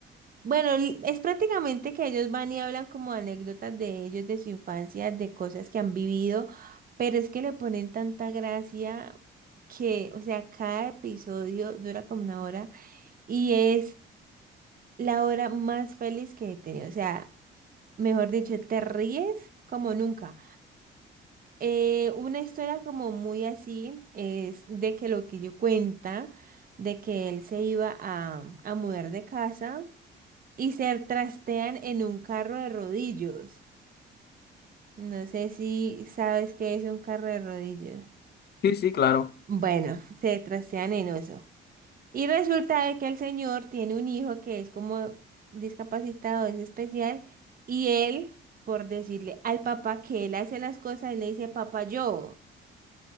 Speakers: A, on the right; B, on the left.
A: Bueno, li- es prácticamente que ellos van y hablan como anécdotas de ellos, de su infancia, de cosas que han vivido, pero es que le ponen tanta gracia que, o sea, cada episodio dura como una hora y es la hora más feliz que he tenido. O sea, mejor dicho, te ríes como nunca. Eh, una historia como muy así es de que lo que yo cuenta, de que él se iba a, a mudar de casa y se trastean en un carro de rodillos. No sé si sabes qué es un carro de rodillos.
B: Sí, sí, claro.
A: Bueno, se trastean en eso. Y resulta de que el señor tiene un hijo que es como discapacitado, es especial, y él, por decirle al papá que él hace las cosas, él le dice, papá, yo.